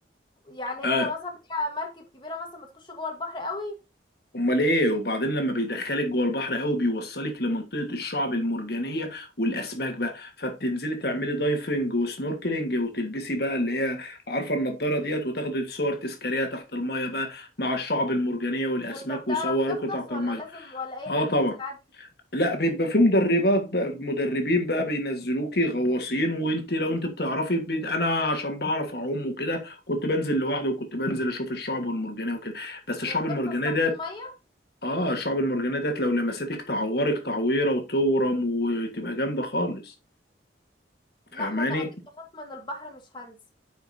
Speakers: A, on the left (about 25°); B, on the left (about 60°).
A: يعني
B: آه.
A: انت مثلا هي مركب كبيره مثلا بتخش جوه البحر قوي
B: امال ايه وبعدين لما بيدخلك جوه البحر قوي بيوصلك لمنطقة الشعب المرجانية والاسماك بقى فبتنزلي تعملي دايفنج وسنوركلينج وتلبسي بقى اللي هي عارفة النضارة ديت وتاخدي صور تذكارية تحت المية بقى مع الشعب المرجانية والاسماك
A: وانت بتعرف
B: ويصوروكي
A: تغطس
B: تحت
A: ولا
B: المية
A: لازم ولا اي
B: اه
A: حد
B: طبعا
A: ينزل عادي
B: لا بيبقى في مدربات بقى مدربين بقى بينزلوكي غواصين وانت لو انت بتعرفي بي- انا عشان بعرف اعوم وكده كنت بنزل لوحدي وكنت بنزل اشوف الشعب المرجانيه وكده بس
A: وبتغطس
B: الشعب المرجانيه
A: تحت
B: ديت
A: الميه
B: اه الشعب المرجانيه ديت لو لمستك تعورك تعويره وتورم وتبقى جامده خالص
A: لا
B: فاهماني
A: ما انا اكيد بخاف من البحر مش هنزل